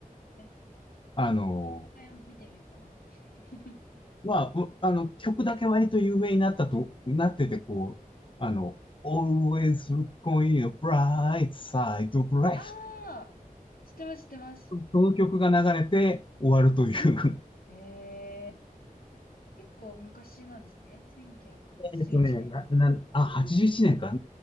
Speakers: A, on the left (about 80°); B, on the left (about 35°).
A: ええ
B: あの、
A: ー。もう一回見てみようかな。<laughs>
B: まあ、うあの、曲だけ割と有名になったと、なってて、こう、あの、Always look on your bright side of life
A: あー、知ってます、知ってます。
B: その曲が流れて終わるという
A: ええー、結構昔なんですね。1981年。
B: えっとね、な、な、あ、81年か。